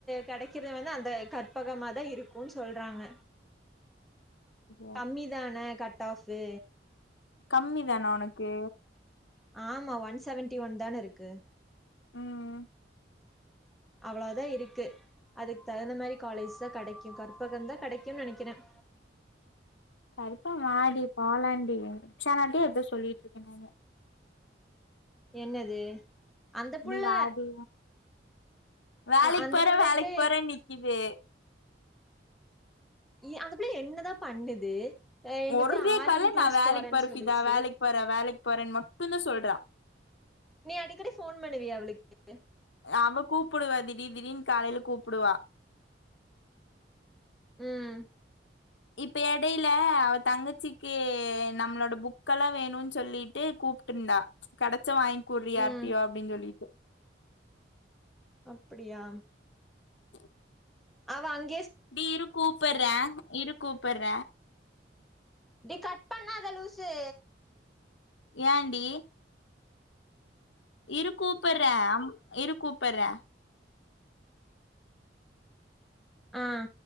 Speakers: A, in the centre; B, on the left.
A: கிடைக்கிற வந்து அந்த கற்பகமாதான் இருக்கும்ன்னு சொல்றாங்க
B: ஓ
A: கம்மி தானே கட் ஆப்பு
B: கம்மி தானா உனக்கு
A: ஆமா ஒன் செவன்டி ஒன் தான இருக்கு
B: உம்
A: அவ்வளவுதான் இருக்கு அதுக்கு தகுந்த மாரி காலேஜ் தான் கிடைக்கும் கற்பகம் தான் கிடைக்கும்னு நினைக்கிறேன்
B: கரிப்பா மாடி போலாண்டி ரிக்ஷானாிட்டே எப்ப சொல்லிட்டு இருக்கேன் நானு
A: என்னது அந்த புள்ள
B: நீ வாடி வேலைக்கு
A: அ அந்த
B: போற
A: புள்ளைகிட்ட
B: வேலைக்கு போற நிக்குது
A: அந்த புள்ள என்னதான் பண்ணுது அ என்னது
B: ஒரே
A: ஆலிம்
B: காலை
A: கிளாஸ்
B: நான் வேலைக்கு
A: போறேன்னு
B: பருப்பிதா
A: சொல்லுச்சு
B: வேலைக்கு போறேன் வேலைக்கு போரன் மட்டும்தான் சொல்றா
A: நீ அடிக்கடி போன் பண்ணுவியா அவளுக்கு
B: அவ கூப்பிடுவா திடீர் திடீனு காலையில கூப்பிடுவா
A: உம்
B: இப்ப இடையில அவ தங்கச்சிக்கு நம்மளோட புக்கெல்லாம் வேணும்னு சொல்லிட்டு கூப்பிட்டு இருந்தா கட பச்சம் வாங்கிகூறி
A: ம்
B: யார்டோ அப்படின்னு சொல்லிட்டு
A: அப்படியா
B: <inaudible>
A: அவ அங்
B: நீ இரு கூப்பிடுறே இரு கூப்படுற
A: இப்படி கட் பண்ணாத லூசு
B: ஏண்டி இருக்கோப் கூப்பிடறே அம் இரு கூப்படுற
A: உம்